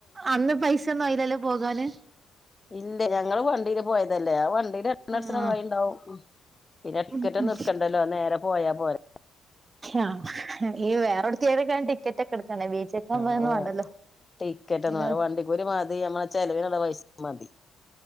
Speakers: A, on the right; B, on the left.
A: അന്ന് പൈസ ഒന്നും അയില്ലല്ലോ പോകാന്
B: ഇണ്ട് ഞങ്ങള് വണ്ടീൽ പോയതല്ലേ ആ വണ്ടി <unintelligible>
A: ആഹ്
B: ണ്ടാവും പിന്നെ ടിക്കറ്റൊന്നട്‌ക്കണ്ടല്ലോ
A: ഉം ഉം
B: നേരെ പോയാ പോരെ
A: ആഹ് ഈ വേറൊട്ത്തി ഏതൊക്കണ്ടി ടിക്കറ്റ്റ്റൊക്കെ എടുക്കണേ ബീച്ച് ക്കാവുമ്പം
B: ആഹ്
A: അതെന്നും വേണ്ടല്ലോ
B: ടിക്കറ്റൊന്നും
A: നിങ്ങള്
B: വേണ്ടാ വണ്ടിക്കൂലി മതി നമ്മളെ ചെലവിനുള്ള പൈസ മതി.